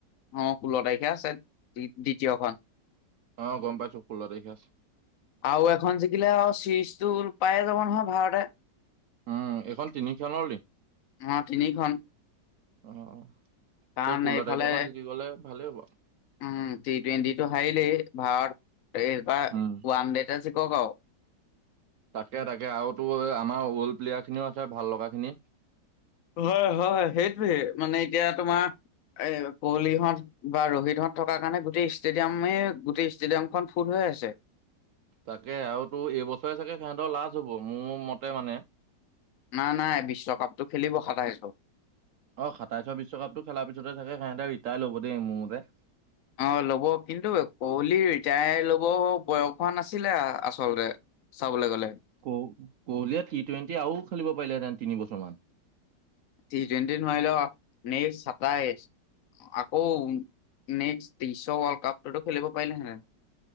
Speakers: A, on the left (about 65°); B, on the right (about 75°).
A: অ' ষোল্ল তাৰিখে আছে দ্বিতীয়খন।
B: অ' গম পাইছোঁ ষোল্ল তাৰিখে আছে।
A: আৰু এখন জিকিলে আৰু চিৰিজটো পায়ে যাব নহয় ভাৰতে।
B: উম, এইখন তিনি খেলৰ লিংক,
A: অ তিনিখন
B: অ'।
A: কাৰণ
B: সেই ষোল্ল
A: এইফালে
B: তাৰিখৰখন জিকি গলে ভালেই হ'ব আৰু।
A: উম, টি টুৱেণ্টিটো হাৰিলেই ভাৰত, এইবাৰ
B: উম
A: ওৱান দেতে জিকক আৰু।
B: তাকে তাকে, আৰু তোৰ আমাৰ অল্ড প্লেয়াৰ খিনিও আছে ভাল লগাখিনি।
A: হয় হয় সেইটোৱে, মানে এতিয়া তোমাৰ এই কোৱলিহঁত বা ৰোহিতহঁত থকাৰ কাৰণে গোটেই ষ্টেডিয়ামেই গোটেই ষ্টেডিয়ামখন ফুল হৈ আছে।
B: তাকে আৰু তো এইবছৰে চাগে সিহঁতৰ লাচ হ'ব, মোৰ মতে মানে।
A: নাই নাই বিশ্বকাপটো খেলিব সাতাইশত।
B: অ' সাতাইশত বিশ্বকাপটো খেলাৰ পিছতে থাকে সিহঁতে ৰীতাইৰ ল'ব দেই মোৰ মতে।
A: অ' ল'ব, কিন্তু কহলিৰ ৰীতাইৰ ল'ব বয়স হোৱা নাছিলে আচলতে। চাবলৈ গ'লে।
B: ক-কহলিয়ে টি টুৱেণ্টি আৰু খেলিব পাৰিলেহেতেন তিন বছৰমান।
A: টি টুৱেণ্টি নোৱাৰিলেও নেক্স চাতাইছ আকৌ নেক্সট ত্ৰিশ ৱৰ্ল্ড কপতো খেলিব পাৰিলেহেতেন।